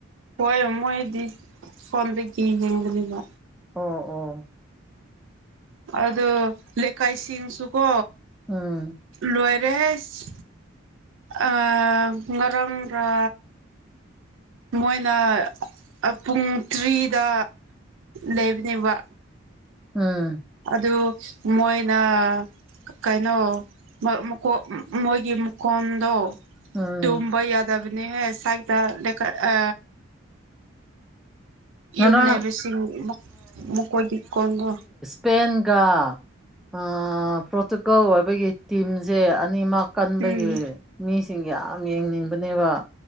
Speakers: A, on the right; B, in the centre.
A: ꯍꯣꯏ ꯃꯣꯏꯗꯤ ꯐꯣꯟꯗꯒꯤ ꯌꯦꯡꯕꯅꯦꯕ
B: ꯑꯣ ꯑꯣ
A: ꯑꯗ‌ꯣ ꯂꯩꯀꯥꯏꯁꯤꯡꯁꯨꯀꯣ
B: ꯎꯝ
A: ꯂꯣꯏꯔꯦꯍ‌ꯦꯁ ꯑꯥ ꯉꯔꯥꯡ ꯔ ꯃꯣꯏꯅ ꯄꯨꯡ ꯇ꯭ꯔꯤꯗ ꯂꯩꯕꯅꯦꯕ
B: ꯎꯝ
A: ꯑꯗꯨ ꯃꯣꯏꯅ ꯀꯩꯅꯣ <unintelligible> ꯃꯣꯏꯒꯤ ꯃꯈ‌ꯣꯟꯗꯣ
B: ꯎꯝ
A: ꯇꯨꯝꯕꯥ ꯌꯥꯗꯕꯅ‌ꯦꯍ‌ꯦ ꯁꯥꯏꯗ ꯂ‌ꯦꯞꯈꯠ ꯑ
B: ꯉꯔꯥꯡ
A: ꯌꯨꯝꯅꯩꯕꯁꯤꯡ ꯃ ꯃꯈꯣꯏꯒꯤ ꯀꯣꯟꯗꯣ
B: ꯄꯦꯟꯒ ꯑꯥ ꯄꯣꯔꯇꯨꯒꯜ ꯑꯣꯏꯕꯒꯤ ꯇꯤꯝꯖ‌ꯦ ꯑꯅꯤꯃꯛ ꯀꯟꯕꯒꯤ
A: ꯎꯝ
B: ꯃꯤꯁꯤꯡ ꯌꯥꯝ ꯌꯦꯡꯅꯤꯡꯕꯅꯦꯕ